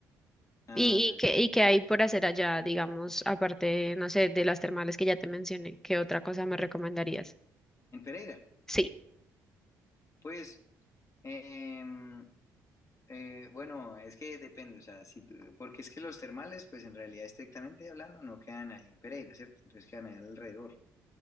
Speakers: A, on the left; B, in the centre.
A: Ah,
B: ¿Y,
A: dale.
B: y qué, y qué hay por hacer allá, digamos, aparte, no sé, de las termales que ya te mencioné? ¿Qué otra cosa me recomendarías?
A: En Pereira,
B: Sí.
A: pues, em, eh, bueno, es que depende, o sea, si, tú- porque es que los termales, pues en realidad estrictamente hablando, no quedan ahí en Pereira, ¿cierto? Entonces quedan ahí alrededor.